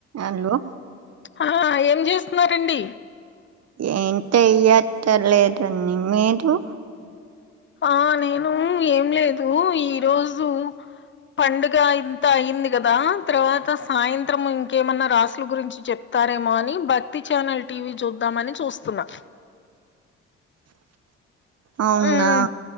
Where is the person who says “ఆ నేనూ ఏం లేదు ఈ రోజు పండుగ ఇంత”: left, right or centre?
Left